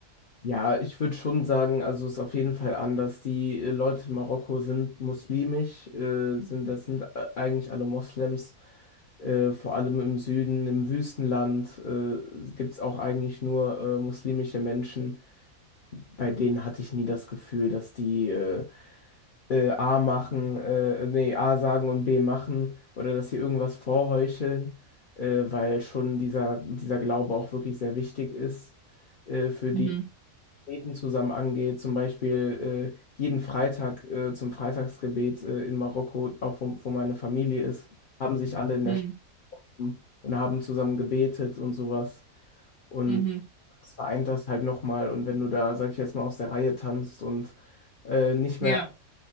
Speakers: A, on the left; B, on the left.
A: Ja, ich würde schon sagen, also es ist auf jeden Fall anders. Die äh, Leute in Marokko sind muslimisch, äh, sind, das sind äh, eigentlich alle Moslems, äh, vor allem im Süden, im Wüstenland, äh, gibt es auch eigentlich nur äh, muslimische Menschen. Bei denen hatte ich nie das Gefühl, dass die äh, äh, A machen, äh, nee, A sagen und B machen oder dass sie irgendwas vorheucheln, äh, weil schon dieser, dieser Glaube auch wirklich sehr wichtig ist äh, für
B: Mhm.
A: die. Gebeten zusammen angeht, zum Beispiel äh, jeden Freitag äh, zum Freitagsgebet äh, in Marokko, auch wo, wo meine Familie ist, haben sich alle in der
B: Mhm.
A: Stadt und haben zusammen gebetet und sowas. Und
B: Mhm.
A: das vereint das halt nochmal. Und wenn du da, sag ich jetzt mal, aus der Reihe tanzt und äh, nicht
B: Ja.
A: mehr,